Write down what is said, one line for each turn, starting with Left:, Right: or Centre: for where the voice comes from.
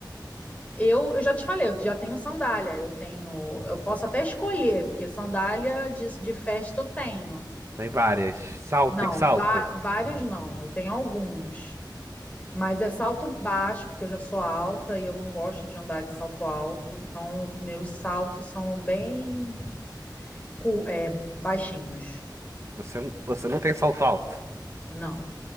Left: Eu, eu já te falei, eu já tenho sandália, eu tenho, eu posso até escolher, porque sandália de, de festa eu tenho.
Right: Tem várias. Salto,
Left: Não,
Right: tem salto.
Left: vá- vários não, eu tenho alguns. Mas é salto baixo, porque eu já sou alta e eu não gosto de andar de salto alto, então meus saltos são bem cu- é, baixinhos.
Right: Você, não- você não tem salto alto.
Left: Não.